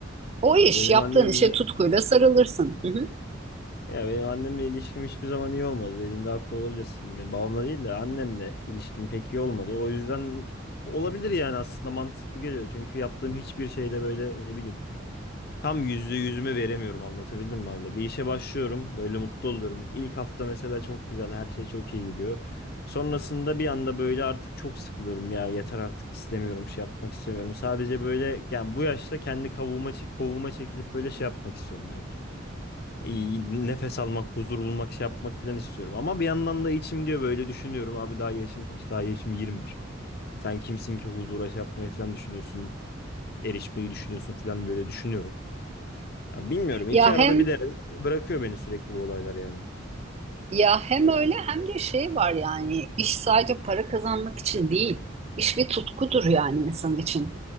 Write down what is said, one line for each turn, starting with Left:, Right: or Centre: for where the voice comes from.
Right: O
Left: Ya
Right: iş
Left: benim
Right: yaptığın
Left: annemle
Right: işe tutkuyla sarılırsın. Hı hı.
Left: Ya benim annemle ilişkim hiçbir zaman iyi olmadı. Dediğinde haklı olabilirsin. Benim Babamla değil de annemle ilişkim pek iyi olmadı. O yüzden olabilir yani aslında mantıklı geliyor. Çünkü yaptığım hiçbir şeyde böyle ne bileyim tam yüzde yüzümü veremiyorum anlatabildim mi abla? Bir işe başlıyorum böyle mutlu oluyorum. İlk hafta mesela çok güzel her şey çok iyi gidiyor. Sonrasında bir anda böyle artık çok sıkılıyorum ya yeter artık istemiyorum şey yapmak istemiyorum. Sadece böyle yani bu yaşta kendi kavuğuma, çek- kovuğuma çekilip böyle şey yapmak istiyorum direkt iyi nefes almak, huzur bulmak, şey yapmak falan istiyorum. Ama bir yandan da içim diyor böyle düşünüyorum. Abi daha yaşım kaç? Daha yaşım 21. Sen kimsin ki huzura şey yapmayı falan düşünüyorsun, erişmeyi düşünüyorsun falan böyle düşünüyorum. Ya bilmiyorum. İki
Right: Ya
Left: arada
Right: hem
Left: bir derede bırakıyor beni sürekli bu olaylar yani.
Right: Ya hem öyle hem de şey var yani iş sadece para kazanmak için değil. İş bir tutkudur yani insan için.